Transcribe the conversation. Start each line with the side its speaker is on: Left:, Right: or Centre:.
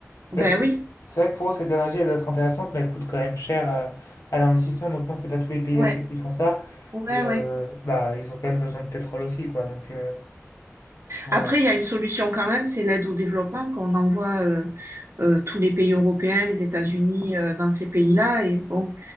Left: bah,
Right: Ben
Left: c'est
Right: oui.
Left: c'est- c'est vrai que pour eux, cette énergie, elle doit être intéressante, mais elle coûte quand même cher euh, à l'investissement. Donc je pense que c'est pas tous les pays
Right: Ouais.
Left: d'Afrique qui font ça.
Right: Ouais,
Left: Et euh,
Right: ouais.
Left: bah, ils ont quand même besoin de pétrole aussi, quoi. Donc, euh, Donc,
Right: Après,
Left: voilà.
Right: il y a une solution quand même, c'est l'aide au développement qu'on envoie euh, euh, tous les pays européens, les États-Unis euh, dans ces pays-là, et bon,